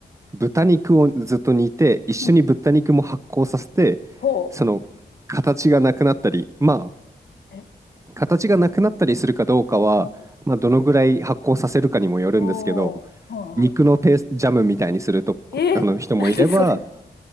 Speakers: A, on the right; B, on the left.
A: 豚肉をずっと煮て、一緒に豚肉も発酵させて、
B: うん。ほ
A: その形がなくなったり、まあ、
B: う。え
A: 形がなくなったりするかどうかは、
B: お
A: まあ、どのぐらい発酵させるかにもよるんですけど、
B: おー、は
A: 肉のペースジャムみたいにするとあの人もいれば、
B: い、はい。えー、<laughs> 何それ。